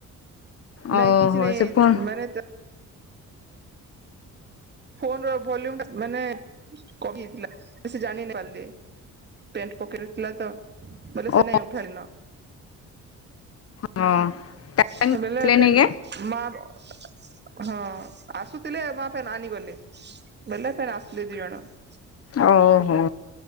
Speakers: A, on the left; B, on the right.
A: ଓହୋ
B: ନାଇଁ କିଛି ନାଇଁ
A: ସେ ଫୋନ
B: ମାନେ ତ ଫୋନର ଭଲ୍ୟୁମ୍ ଟା ମାନେ କମି ଯାଇଥିଲା, ସେ ଯାଣି ନାଇଁ ପାରିଲେ। ପେଣ୍ଟ ପକେଟ୍ ରେ ଥିଲା ତ, ବୋଲେ
A: ଓ
B: ସେ ନାଇଁ। <inaudible>
A: ହଁ।
B: <unintelligible>
A: ଟାଇମ୍ ଆସିଲେନି ଆଜ୍ଞା
B: <unintelligible> <unintelligible>
A: ଓହୋ।